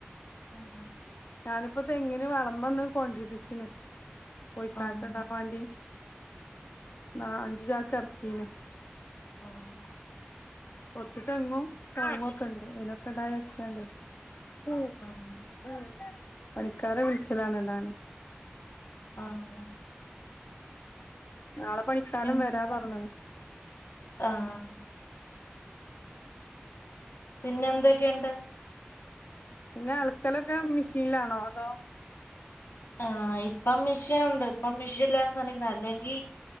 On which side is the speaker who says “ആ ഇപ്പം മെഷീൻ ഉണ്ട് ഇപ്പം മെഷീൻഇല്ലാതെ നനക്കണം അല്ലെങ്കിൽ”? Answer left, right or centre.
Left